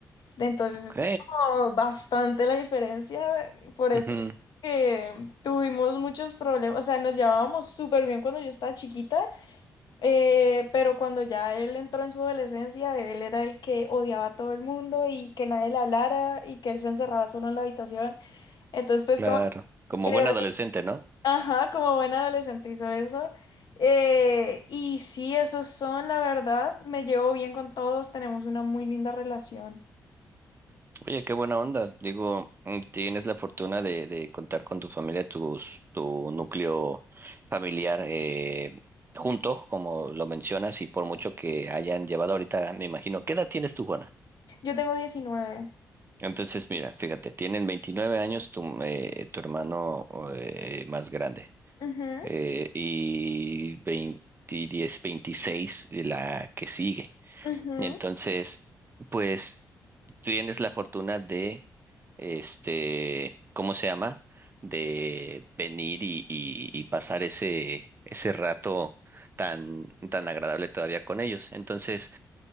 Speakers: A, on the left; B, on the right.
A: De Entonces
B: Ok,
A: es como bastante la diferencia, por eso
B: ujú,
A: que tuvimos muchos problemas, o sea, nos llevábamos súper bien cuando yo estaba chiquita eh, pero cuando ya él entró en su adolescencia, él era el que odiaba a todo el mundo y que nadie le hablara y que él se encerraba solo en la habitación. Entonces, pues
B: claro,
A: como
B: como
A: creo,
B: buen adolescente, ¿no?
A: ajá, como buen adolescente hizo eso. Eh, y sí, esos son, la verdad, me llevo bien con todos, tenemos una muy linda relación.
B: Oye, qué buena onda. Digo, mm, tienes la fortuna de, de contar con tu familia, tus, tu núcleo familiar eh, junto, como lo mencionas, y por mucho que hayan llevado ahorita, me imagino. ¿Qué edad tienes tú, Juana?
A: Yo tengo diecinueve
B: Entonces, mira, fíjate, tienen 29 años tu, eh, tu hermano eh, más grande
A: Ujú,
B: eh, y 20, 10, 26 la que sigue.
A: ujú,
B: Entonces, pues. tienes la fortuna de, este, ¿cómo se llama? De venir y, y, y pasar ese, ese rato tan, tan agradable todavía con ellos. Entonces,